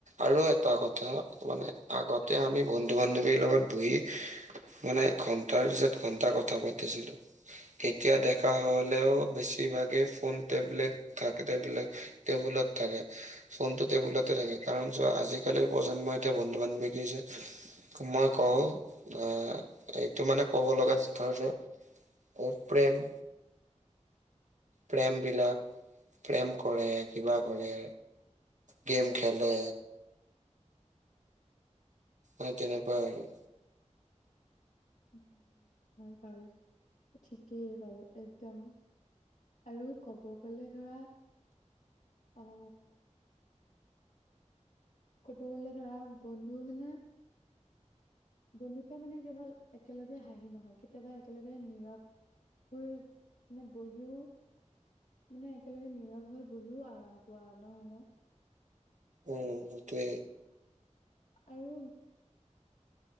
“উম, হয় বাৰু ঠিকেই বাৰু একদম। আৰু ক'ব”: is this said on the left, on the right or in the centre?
Left